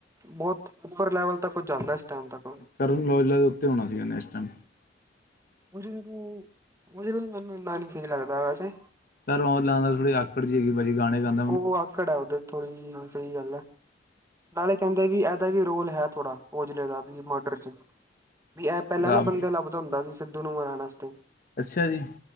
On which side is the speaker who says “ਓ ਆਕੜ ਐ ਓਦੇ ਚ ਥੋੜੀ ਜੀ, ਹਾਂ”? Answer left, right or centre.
Right